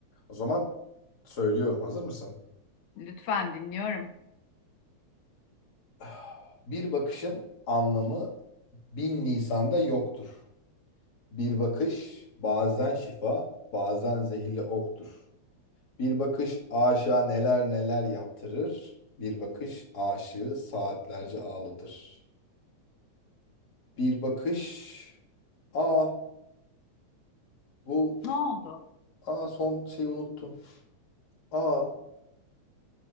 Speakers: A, on the left (about 35°); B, on the left (about 80°).
A: O zaman söylüyorum. Hazır mısın?
B: Lütfen dinliyorum.
A: <sighs> Bir bakışın anlamı bin Nisan'da yoktur. Bir bakış bazen şifa, bazen zehirli oktur. Bir bakış aşığa neler neler yaptırır. Bir bakış aşığı saatlerce ağlatır. Bir bakış... Aa bu...
B: Ne oldu?
A: Aa son şeyi unuttum. Aa